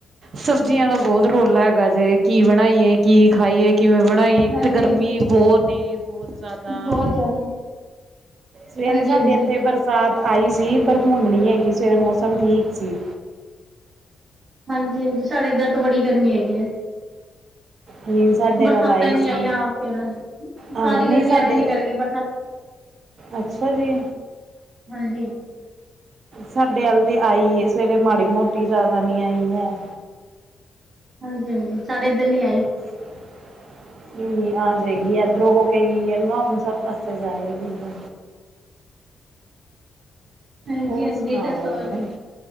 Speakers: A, on the right; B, on the right.
A: ਸਬਜ਼ੀਆਂ ਦਾ ਬਹੁਤ ਰੋਲਾ ਹੈਗਾ ਜੇ ਕੀ ਬਣਾਈਏ ਕੀ ਖਾਈਏ। ਕਿਵੇਂ ਬਣਾਈ ਇੱਕ
B: ਹਾਂਜੀ
A: ਤਾਂ ਗਰਮੀ ਬੋਤ ਐ ਬੋਤ ਜ਼ਿਆਦਾ।
B: ਬਹੁਤ ਜ਼ਿਆਦਾ। ਹਾਂਜੀ-ਹਾਂਜੀ।
A: ਸਵੇਰੇ ਸਾਡੇ ਇੱਥੇ ਬਰ ਸਾਤ ਆਈ ਸੀ ਪਰ ਹੁਣ ਨੀ ਹੈਗੀ ਸਵੇਰੇ ਮੌਸਮ ਠੀਕ ਸੀ।
B: ਹਾਂਜੀ-ਹਾਂਜੀ ਸਾਡੇ ਇੱਧਰ ਤੋਂ ਬੜੀ ਗਰਮੀ ਹੈਗੀ ਐ।
A: ਨਹੀਂ ਸਾਡੇ
B: ਬਰਸਾਤਾਂ
A: ਵੱਲ ਆਈ
B: ਈ ਨੀ
A: ਸੀ
B: ਆਈਆਂ ਫੇਰ
A: ਹਾਂ
B: ਸਾਰੀ
A: ਨਹੀਂ
B: ਗਰਮੀਆਂ
A: ਸਾਡੇ
B: ਐਵੇ ਨਿਕਲ ਗਈਆਂ ਬਰਸਤ
A: ਅੱਛਾ ਜੀ।
B: ਹਾਂਜੀ।
A: ਸਾਡੇ ਵੱਲ ਤੇ ਆਈ ਸਵੇਰੇ ਮਾੜੀ ਮੋਟੀ ਜ਼ਿਆਦਾ ਨੀ ਆਈ ਹੈ।
B: ਹਾਂਜੀ-ਹਾਂਜੀ ਸਾਡੇ ਇੱਧਰ ਨੀ ਆਈ।
A: <inaudible> ਇਨੀ ਆ ਜੇ ਗੀ ਇੱਧਰੋਂ ਹੋ ਕੇ ਗਈ ਐ ਨਾ ਹੁਣ ਸਭ ਪਾਸੇ ਜਾਏਗੀ ਇੱਧਰ
B: ਹਾਂਜੀ-ਹਾਂਜੀ
A: ਹੋਰ ਸੁਣਾਓ
B: ਦੱਸੋ,